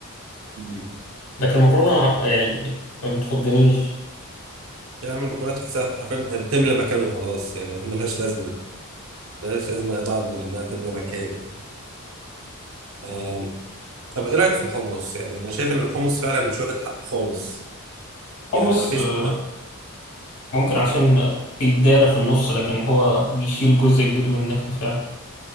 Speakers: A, on the right; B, on the left.
A: نم
B: لكن المكرونه يعني ما بتخضنيش
A: تعمل مكرونه تحسها حرفيا بتملى مكانه خلاص يعني ملهاش لازمه ملهاش لازمه بعد من انها تملى مكان آم، طب ايه رايك في الحمص؟ يعني انا شايف ان الحمص فعلا مش واخد حقه خالص يعني
B: حمص
A: مفيش
B: آه،
A: ما- فيش
B: ممكن عشان بيتدارى في النص لكن هو بيشيل جزء كبير من النكهه فعلا